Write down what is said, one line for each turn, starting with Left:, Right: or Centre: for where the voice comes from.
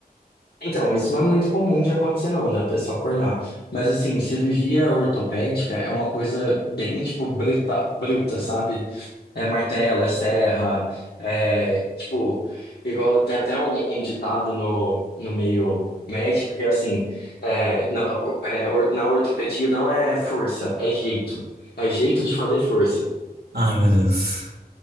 Left: Então, isso não é muito comum de acontecer, não, da pessoa acordar. Mas, assim, cirurgia ortopédica é uma coisa bem, tipo, bruta, bruta, sabe? É martelo, é serra, é, tipo, igual tem até um, um ditado no, no meio médico que é assim, é, na, é, or- na ortopedia não é força, é jeito. É jeito de fazer força.
Right: Ai, meu Deus.